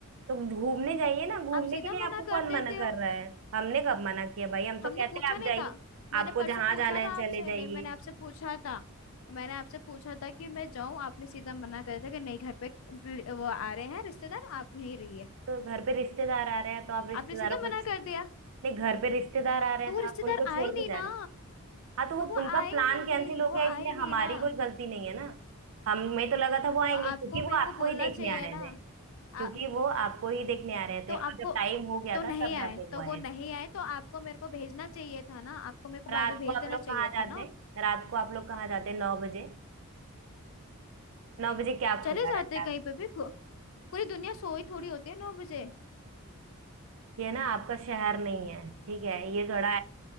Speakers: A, on the right; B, on the left.
A: तो घूमने जाइए ना घूमने
B: आप सीधा
A: के लिए
B: मना
A: आपको कौन
B: कर
A: मना
B: देते
A: कर
B: हो
A: रहा है हमने कब मना किया भाई हम तो
B: हमने
A: कहते
B: पूछा
A: हैं आप
B: नहीं
A: जाइए
B: था मैंने
A: आपको
B: परसों
A: जहां
B: पूछा
A: जाना है
B: था
A: चले
B: आपसे
A: जाइए
B: नहीं मैंने आपसे पूछा था मैंने आपसे पूछा था कि मैं जाऊं आपने सीधा मना कर दिया कि नहीं घर पे वो आ रहे हैं रिश्तेदार आप यहीं रहिए
A: तो घर पे रिश्तेदार आ रहे हैं तो आप रिश्तेदारों
B: आपने सीधा
A: को
B: मना
A: नहीं
B: कर दिया
A: घर पे रिश्तेदार आ रहे
B: तो
A: हैं
B: वो
A: तो
B: रिश्तेदार
A: आप उनको
B: आए
A: छोड़ के
B: नहीं
A: जा
B: ना
A: रहे हैं हाँ तो वो
B: तो वो
A: उनका
B: आए
A: प्लान
B: नहीं
A: कैंसिल हो
B: वो
A: गया इसमें
B: आए नहीं
A: हमारी
B: ना
A: कोई गलती नहीं है ना हमें तो लगा था वो आएंगे
B: तो आपको
A: क्योंकि वो
B: मेरे
A: आपको
B: को बोलना
A: ही देखने
B: चाहिए
A: आ रहे
B: ना
A: थे
B: आ,
A: क्योंकि वो आपको ही देखने आ रहे
B: तो
A: थे और
B: आपको
A: जब टाइम हो गया
B: तो नहीं
A: था तब
B: आए
A: जाके वो
B: तो
A: आए
B: वो नहीं
A: थे
B: आए तो आपको मेरे को भेजना चाहिए था ना आपको मेरे को
A: रात
B: बाद में भेज
A: को आप
B: देना
A: लोग
B: चाहिए
A: कहाँ जाते
B: था ना
A: रात को आप लोग कहाँ जाते नौ बजे नौ बजे क्या
B: चले
A: खुला
B: जाते
A: रहता है
B: कहीं पे भी गु- पूरी दुनिया सोई थोड़ी होती है नौ बजे
A: ये ना आपका शहर नहीं है ठीक है ये थोड़ा